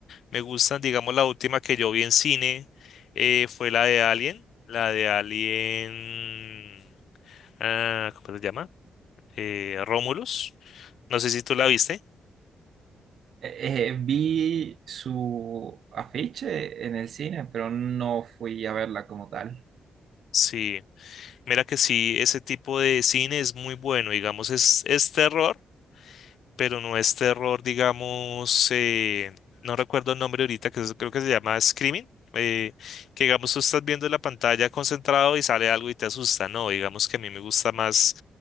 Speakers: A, on the left (about 60°); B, on the right (about 55°).
A: Me gustan, digamos, la última que yo vi en cine eh, fue la de Alien, la de Alien, ah, ¿cómo se llama? eh, Romulus. No sé si tú la viste.
B: Eh, eh, vi su afiche en el cine, pero no fui a verla como tal.
A: Sí, mira que sí, ese tipo de cine es muy bueno, digamos, es, es terror, pero no es terror, digamos, eh, no recuerdo el nombre ahorita, que es- creo que se llama Screaming, eh, que digamos tú estás viendo la pantalla concentrado y sale algo y te asusta, no, digamos que a mí me gusta más